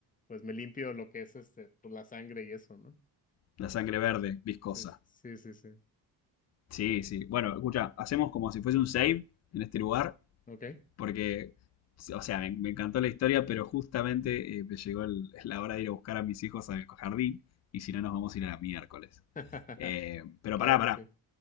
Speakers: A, on the left; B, on the left.
A: pues me limpio lo que es este, pues, la sangre y eso, ¿no?
B: La sangre verde, viscosa.
A: Sí, sí, sí, sí.
B: Sí, sí. Bueno, escucha, hacemos como si fuese un save en este lugar,
A: Ok.
B: porque, o sea, me, me encantó la historia, pero justamente eh, me llegó el- la hora de ir a buscar a mis hijos al jardín, y si no nos vamos a ir a la miércoles.
A: <laughs>
B: Eh, pero
A: Claro
B: pará, pará.
A: que sí.